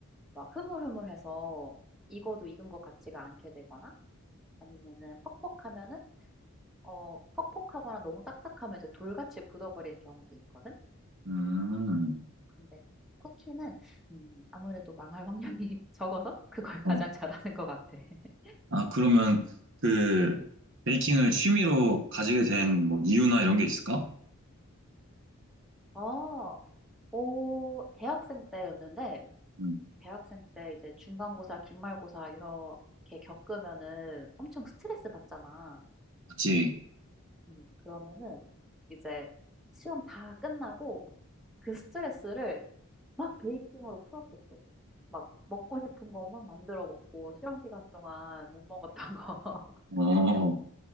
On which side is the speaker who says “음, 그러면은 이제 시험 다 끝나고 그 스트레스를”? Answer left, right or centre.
Centre